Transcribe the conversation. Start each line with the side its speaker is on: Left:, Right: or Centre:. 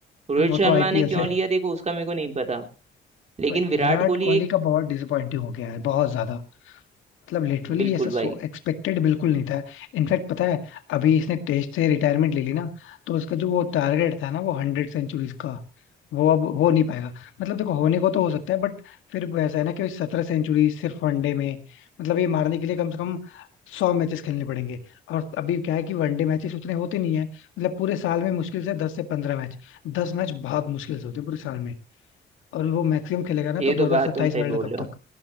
Right: रोहित
Left: हाँ वो
Right: शर्मा
Left: तो आईपीएल
Right: ने क्यों
Left: है
Right: लिया देखो उसका मेरे को नहीं पता लेकिन
Left: बट
Right: विराट
Left: विराट
Right: कोहली
Left: कोहली
Right: एक
Left: का बहुत डिसअपॉइंटिंग हो गया है बहुत ज्यादा मतलब लिटरली
Right: बिल्कुल
Left: ऐसा सो
Right: भाई
Left: एक्सपेक्टेड बिल्कुल नहीं था इनफैक्ट पता है अभी इसने टेस्ट से रिटायरमेंट ले ली ना तो उसका जो वो टारगेट था ना वो हंड्रेड सेंचुरीज का वो अब हो नहीं पाएगा मतलब देखो होने को तो हो सकता है बट फिर वो ऐसा है ना कि सत्रह सेंचुरी सिर्फ वनडे में मतलब ये मारने के लिए कम से कम सौ मैचेस खेलने पड़ेंगे और अभी क्या है कि वनडे मैचेस उतने होते नहीं है मतलब पूरे साल में मुश्किल से दस से पंद्रह मैच दस मैच बहुत मुश्किल से होते हैं पूरे साल में और वो मैक्सिमम खेलेगा ना
Right: ये
Left: तो दो
Right: तो
Left: हजार
Right: बात
Left: सत्ताईस
Right: तुम सही
Left: वर्ल्ड
Right: बोल
Left: कप
Right: रहे
Left: तक
Right: हो